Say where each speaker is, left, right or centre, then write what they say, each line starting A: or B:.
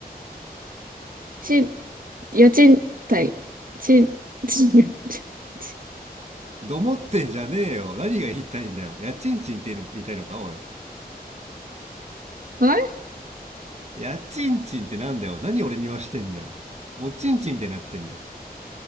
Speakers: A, on the right; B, on the right.
A: ち、家賃対、ち、ち、ち、ち
B: どもってんじゃねえよ。何が言いたいんだよ。やちんちんって言いたいのか、おい。
A: はい
B: やちんちんってなんだよ。何俺にはしてんだよ。おちんちんみたいになってんじゃん。